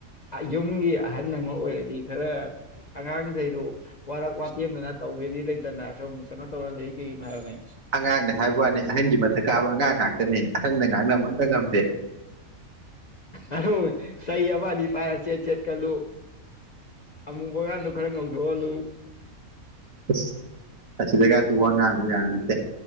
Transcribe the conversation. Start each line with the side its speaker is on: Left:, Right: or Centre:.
Left: ꯌꯨꯝꯒꯤ ꯑꯍꯟ ꯑꯃ ꯑꯣꯏꯔꯒꯤ ꯈꯔ ꯑꯉꯥꯡꯈꯩꯗꯨ ꯋꯥꯔꯛ ꯋꯥꯇꯦꯝꯗꯅ ꯇꯧꯒꯦꯗꯤ ꯂꯩꯇꯅ ꯁꯨꯝ ꯀꯩꯅꯣ ꯇꯧꯔ ꯂꯩ ꯀꯩꯒꯤꯅꯣ ꯍꯥꯏꯕꯅꯦ
Right: ꯑꯉꯥꯡꯅꯦ ꯍꯥꯏꯕ ꯋꯥꯅꯦ ꯑꯍꯟꯒꯤ ꯃꯊꯛ ꯀꯥꯕ ꯑꯉꯥꯡ ꯉꯥꯛꯇꯅꯦ ꯑꯍꯜꯅ ꯉꯥꯡꯅꯕ ꯑꯝꯇ ꯉꯝꯗꯦ
Left: ꯑꯗꯨ ꯆꯩ ꯑꯃ ꯑꯅꯤ ꯄꯥꯏꯔ ꯆꯦꯠ ꯆꯦꯠ ꯀꯜꯂꯨ ꯑꯃꯨꯕꯒꯗꯨ ꯈꯔ ꯉꯧꯊꯣꯛꯍꯜꯂꯨ
Right: <inaudible> ꯑꯁꯤꯗꯒ ꯋꯥ ꯉꯥꯡꯉꯨ ꯌꯥꯔꯔꯣꯏꯁꯦ